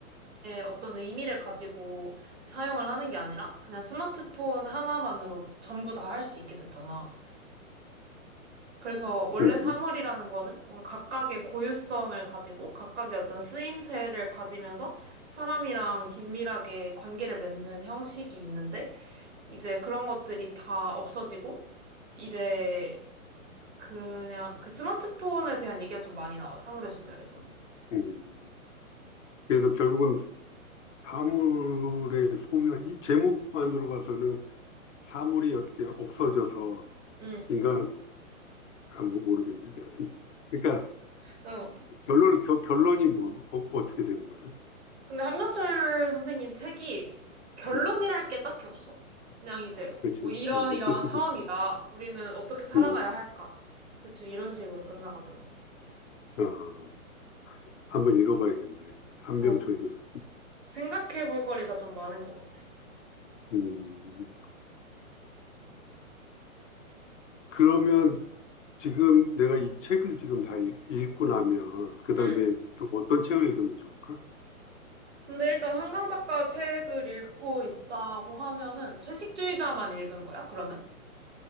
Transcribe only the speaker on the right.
어떤 의미를 가지고 사용을 하는 게 아니라 그냥 스마트폰 하나만으로 전부 다 할 수 있게 됐잖아. 그래서 원래
사물이라는 거는 뭔가 각각의 고유성을 가지고 각각의 어떤 쓰임새를 가지면서 사람이랑 긴밀하게 관계를 맺는 형식이 있는데 이제 그런 것들이 다 없어지고, 이제 그냥 그 스마트폰에 대한 얘기가 좀 많이 나와, 사물의 소멸에선.
응,
어.
근데 한명철 선생님 책이 결론이랄
게 딱히 없어. 그냥 이제
뭐 이런
이러한
상황이다.
우리는 어떻게 살아가야
할까? 대충 이런 식으로 끝나가지고.
뭐
생각해 볼 거리가 좀 많은 것 같아.
응.
근데 일단 한강 작가 책을 읽고 있다고 하면은 채식주의자만 읽은 거야, 그러면?